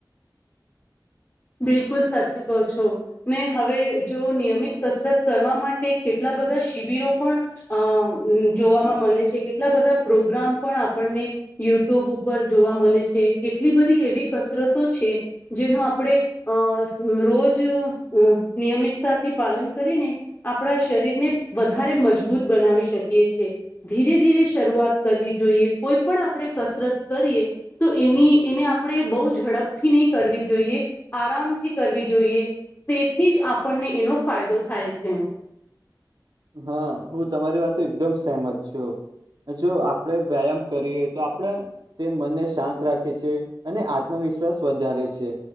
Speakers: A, on the left; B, on the right.
A: બિલકુલ સાચું કહો છો. ને હવે જો નિયમિત કસરત કરવા માટે કેટલા બધા શિબિરો પણ અ જોવામાં મળે છે કેટલા બધા પ્રોગ્રામ પણ આપણને યુટ્યુબ ઉપર જોવા મળે છે કેટલી બધી એવી કસરતો છે જેનું આપણે અ રોજ નિયમિતતાથી પાલન કરીને- આપણા શરીરને વધારે મજબૂત બનાવી શકીએ છે. ધીરે ધીરે શરૂઆત કરવી જોઈએ કોઈ પણ આપણે કસરત કરીએ. તો એની એને આપણે બહુ ઝડપથી નહી કરવી જોઈએ. આરામથી કરવી જોઈએ તેથી જ આપણને એનો ફાયદો થાય છે.
B: હા હું તમારી વાત એકદમ સેહમત છું. જો આપણેે વ્યાયામ કરીએ તો આપણે તે મનને શાંત રાખે છે અને આત્મવિશ્વાસ વધારે છે.